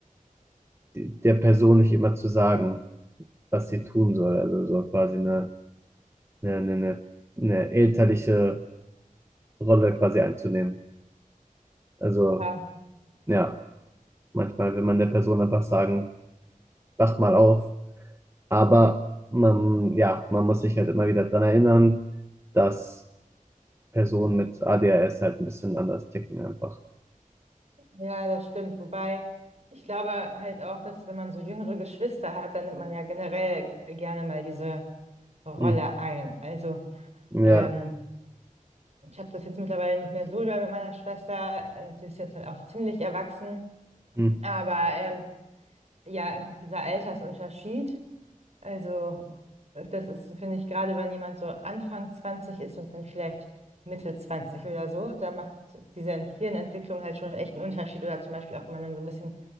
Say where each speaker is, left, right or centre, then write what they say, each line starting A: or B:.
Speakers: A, on the right; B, on the right.
A: die- der Person nicht immer zu sagen, was sie tun soll. Also so quasi eine, eine, eine, eine eine elterliche Rolle quasi einzunehmen. Also
B: Ja,
A: ja, manchmal will man der Person einfach sagen, wach mal auf Aber man, ja, man muss sich halt immer wieder dran erinnern, dass Personen mit ADHS halt ein bisschen anders ticken einfach.
B: ja, das stimmt. Wobei ich glaube halt auch, dass wenn man so jüngere Geschwister hat, dann nimmt man ja generell gerne mal diese Rolle
A: Hm.
B: ein. Also
A: Ja,
B: ähm, ich habe das jetzt mittlerweile nicht mehr so doll mit meiner Schwester. Also Sie ist jetzt halt auch ziemlich erwachsen.
A: hm.
B: Aber ähm, ja, einfach dieser Altersunterschied. Also, äh, das ist, finde ich, gerade wenn jemand so Anfang 20 ist und dann vielleicht Mitte 20 oder so, da macht diese Hirnentwicklung halt schon echt einen Unterschied. Oder zum Beispiel auch, wenn man dann so ein bisschen